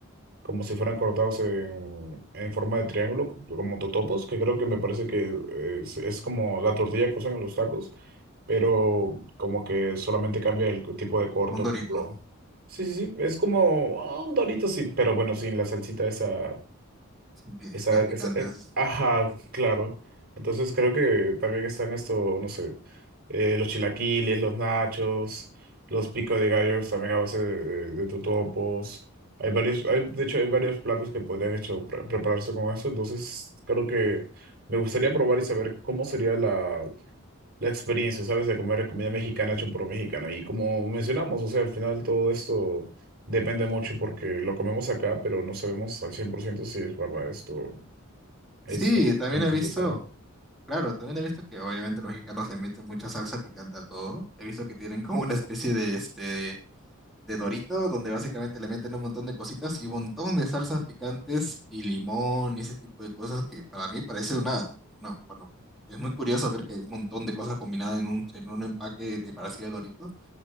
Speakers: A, on the right (about 45°); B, in the centre.
A: como si fueran cortados en, en forma de triángulo, como totopos, que creo que me parece que es, es como la tortilla que usan en los tacos pero como que solamente cambia el tipo de corto,
B: como un dorito,
A: como lo... Sí, sí, sí, es como ah, un Dorito, sí, pero bueno, sin la salsita esa,
B: <laughs>
A: esa,
B: las
A: esa,
B: picantes.
A: eh, ajá, claro. Entonces creo que también están esto, no sé, eh, los chilaquiles, los nachos, los pico de gallos también a base de, de, de totopos. Hay varios, hay, de hecho, hay varios platos que podrían hecho pre- prepararse con eso, entonces creo que me gustaría probar y saber cómo sería la la experiencia, ¿sabes? De comer comida mexicana hecho por un mexicano. Y como mencionamos, o sea, al final todo esto depende mucho porque lo comemos acá, pero no sabemos al 100% si es verdad esto, esto,
B: Sí, también
A: cómo
B: he
A: se
B: visto.
A: prepara.
B: Claro, también he visto que obviamente los mexicanos le meten mucha salsa picante a todo. He visto que tienen como una especie de este de, de dorito donde básicamente le meten un montón de cositas y un montón de salsas picantes y limón y ese tipo de cosas que para mí parece una, una- bueno, es muy curioso ver que hay un montón de cosas combinadas en un en un empaque de parecido al dorito